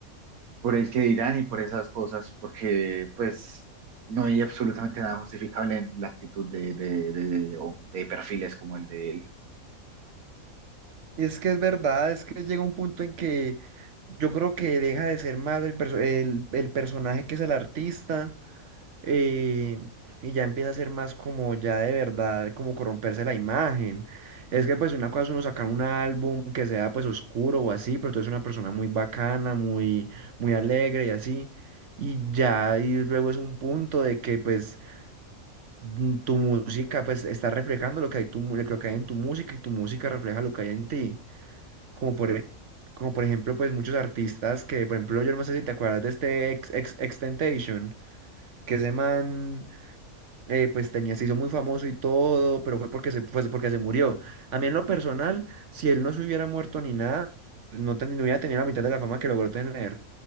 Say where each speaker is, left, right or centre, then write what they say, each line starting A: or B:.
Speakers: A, on the right (about 80°); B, on the right (about 55°).
A: por el que dirán y por esas cosas, porque pues no hay absolutamente nada justificable en la actitud de, de, de, de o de perfiles como el de él.
B: Y es que es verdad, es que llega un punto en que yo creo que deja de ser más el, perso- el, el personaje que es el artista eh, y ya empieza a ser más como ya de verdad, como corromperse la imagen. Es que pues una cosa es uno sacar un álbum que sea pues oscuro o así, pero tú eres una persona muy bacana, muy, muy alegre y así. Y ya, y luego es un punto de que pues mm, tu música pues está reflejando lo que hay, tu, mu- lo que hay en tu música y tu música refleja lo que hay en ti. Como por, e- como por ejemplo pues muchos artistas que, por ejemplo, yo no sé si te acuerdas de este ex, ex, Extentation, que ese man eh, pues tenía, se hizo muy famoso y todo, pero fue porque se, fue porque se murió. A mí en lo personal, si él no se hubiera muerto ni nada, no, ten- no hubiera tenido la mitad de la fama que logró tener.